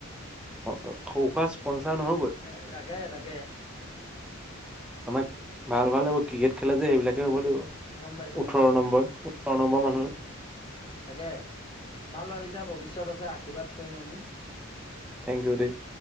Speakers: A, in the centre; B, on the left.
A: সৰু হুৱা স্পনচাৰ নহ'বই
B: <unintelligible> তাকে
A: আমাক ভাল ভাল ক্ৰিকেট খেলে যে সেইবিলাকে হ'ব লাগিব।
B: গম পাইছো গম
A: ওঠৰ
B: পাইছো
A: নম্বৰ ওঠৰ নম্বৰ মানুহ
B: উম তাকে ভাল ভাবিছা ভৱিষ্যত আছে আশ আশীৰ্বাদ কৰিম আমি
A: থেংক ইউ দেই